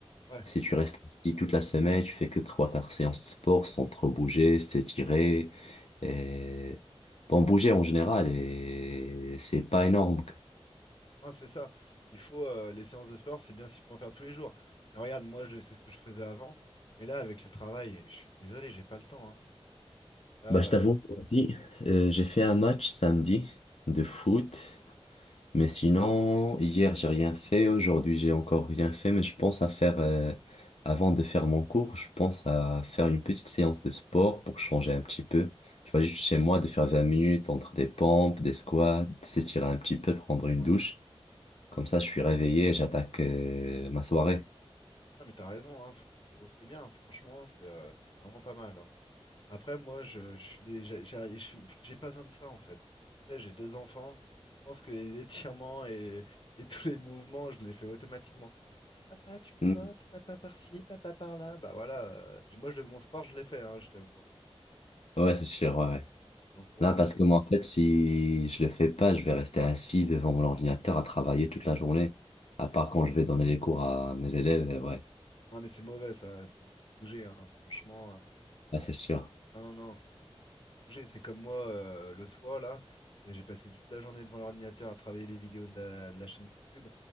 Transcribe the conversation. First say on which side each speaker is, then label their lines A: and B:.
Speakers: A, on the left; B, on the left.
A: Ouais.
B: si tu restes ici toute la semaine, tu fais que trois, quatre séances de sport sans trop bouger, s'étirer, et, bon, bouger en général, et c'est pas énorme.
A: Non, c'est ça. Il faut euh, les séances de sport, c'est bien si tu peux en faire tous les jours. Mais regarde, moi, je sais ce que je faisais avant. Mais là, avec le travail, je suis désolé, j'ai pas le temps. hein. Là,
B: Bah, je
A: euh,
B: t'avoue, aujourd'hui, euh, j'ai fait un match samedi de foot. Mais sinon, hier, j'ai rien fait. Aujourd'hui, j'ai encore rien fait. Mais je pense à faire, euh, avant de faire mon cours, je pense à faire une petite séance de sport pour changer un petit peu. Tu vois, juste chez moi, de faire 20 minutes entre des pompes, des squats, s'étirer un petit peu, prendre une
A: ouais.
B: douche. Comme ça, je suis réveillé et j'attaque, euh, ma soirée.
A: Ah, mais t'as raison, hein, faut- faut- c'est bien, franchement, c'est euh, c'est vraiment pas mal. ouais. Après, moi, je, je suis déjà, j'ai je suis- j'ai pas besoin de ça en fait. Tu sais, j'ai deux enfants. Je pense que les <laughs> étirements et, et tous les mouvements, je les fais automatiquement. Papa, tu me
B: Mm.
A: portes,
B: <laughs>
A: papa par-ci, papa par-là. Bah voilà, euh, j'ai- moi, je, le- mon sport, je l'ai fait, hein, je t'avoue. hein.
B: Ouais, c'est sûr, ouais. ouais.
A: Donc bon,
B: Non, parce
A: c'est.
B: que moi, en fait, si je le fais pas, je vais rester assis devant mon ordinateur à travailler toute la journée. À part quand je vais donner les cours à mes élèves, ouais.
A: Ah mais c'est mauvais ça, il faut, faut bouger hein, franchement. euh,
B: Ah, c'est sûr.
A: Non, non, non, faut, faut bouger. C'est comme moi euh, l'autre fois là, euh, j'ai passé toute la journée devant l'ordinateur à travailler les vidéos de la, de la chaîne YouTube.